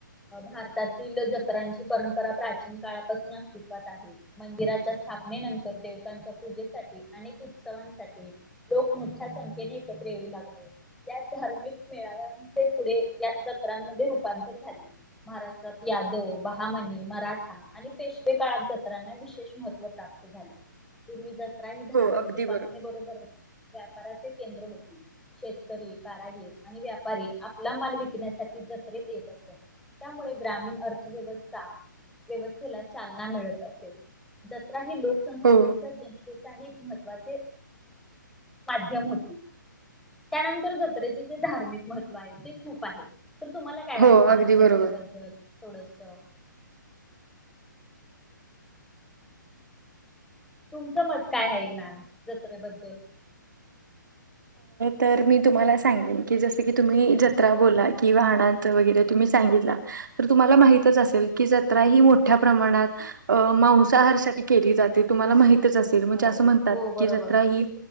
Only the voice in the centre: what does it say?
भारतातील जत्रांची परंपरा प्राचीन काळापासून अस्तित्वात आहे. मंदिराच्या स्थाप ने नंतर देवतांच्या पूजेसाठी अनेक उत्सवांसाठी लोक मोठ्या संख्येने एकत्र येऊ लागले या धार्मिक मेळाव्यांचे पुढे या जत्रांमध्ये रूपांतर झाले. महाराष्ट्रात यादव, बहामनी, मराठा आणि पेशवे काळात जत्रांना विशेष महत्त्व प्राप्त झाले. पूर्वी जत्रा ही धार्मिक
उपासने बरोबर व्यापाराचे केंद्र होते. शेतकरी, कारागीर आणि व्यापारी आपला माल विकण्यासाठी जत्रेत येत असत. त्यामुळे ग्रामीण अर्थव्यवस्था व्यवस्थेला चालना मिळत असे. ज जत्रा ही लोकसंस्कृतीच्या
जनतेचा एक महत्त्वाचा माध्यम होती. त्यानंतर जत्रेचे जे धार्मिक महत्व आहे ते खूप आहे. तर तुम्हाला काय वाटत
मॅम
जत्रेबद्दल
थोडस. तुमचं मत काय आहे मॅम जत्रेबद्दल.
हो
हो बरोबर